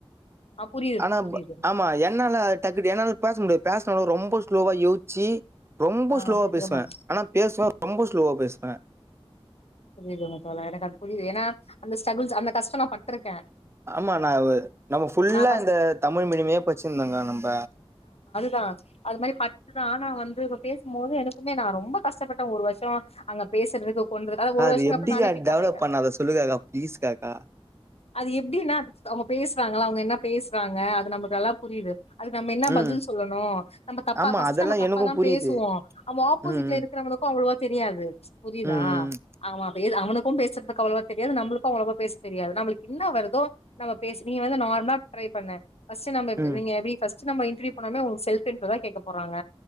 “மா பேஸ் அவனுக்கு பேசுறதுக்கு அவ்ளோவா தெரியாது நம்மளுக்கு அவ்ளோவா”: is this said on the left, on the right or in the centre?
Left